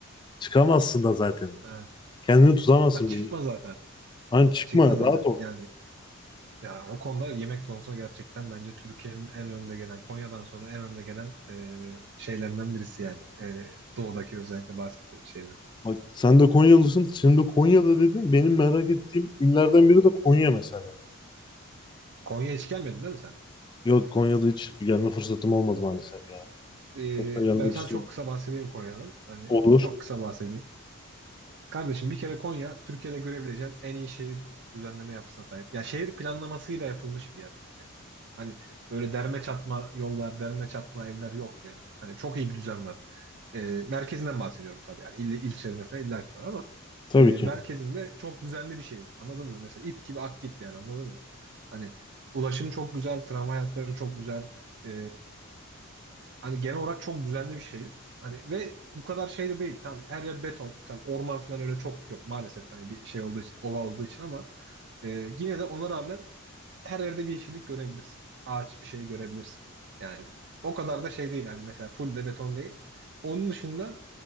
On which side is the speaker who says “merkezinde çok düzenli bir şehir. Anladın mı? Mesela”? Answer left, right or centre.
Right